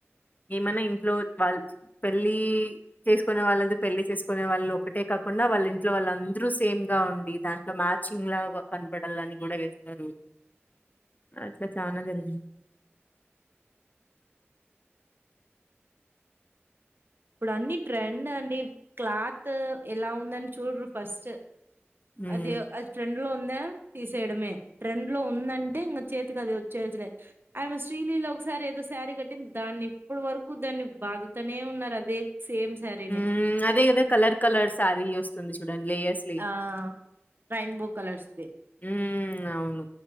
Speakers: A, on the left (about 40°); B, on the right (about 50°).
A: ఏమైనా ఇంట్లో వాళ్ళ పెళ్ళి చేసుకునే వాళ్ళది పెళ్లి చేసుకునే వాళ్ళు ఒకటే కాకుండా వాళ్ళ ఇంట్లో వాళ్ళ అందరూ సేమ్గా ఉండి దాంట్లో మ్యాచి చింగ్ గా కనపడాలని కూడా వేస్తారు అట్లా చానా జరిగింది
B: ఇప్పుడు అన్ని ట్రెండ్ అండి క్లాత్ ఎలా ఉందని చూడురు ఫస్ట్
A: హ్మ్.
B: అదే అ ట్రెండ్ లో ఉందా తీసేయడమే ట్రెండ్ లో ఉందంటే ఇంకా చేతికి అది వచ్చేయాల్సిందే ఆమె శ్రీలీల ఒకసారి ఏదో శారీ కట్టింది దాన్ని ఇప్పటి వరకు దాన్ని బాధతునే ఉన్నారు అది దే సేమ్ శారీని
A: ఉమ్ అదే కదా కలర్ కలర్ శారీ వస్తుంది చూడండి లేయర్
B: ఆ రైన్బో కలర్స్ దే
A: ఉమ్ అవును